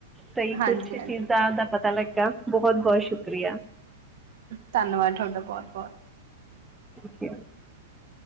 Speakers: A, in the centre; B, on the right (about 60°).
A: ਕਈ
B: ਹਾਂਜੀ
A: ਕੁਛ ਚੀਜ਼ਾਂ
B: ਹਾਂਜੀ
A: ਦਾ ਪਤਾ ਲੱਗ ਬਹੁਤ ਬਹੁਤ ਸ਼ੁਕਰੀਆ
B: ਧੰਨਵਾਦ ਤੁਹਾਡਾ ਬਹੁਤ ਬਹੁਤ
A: <unintelligible>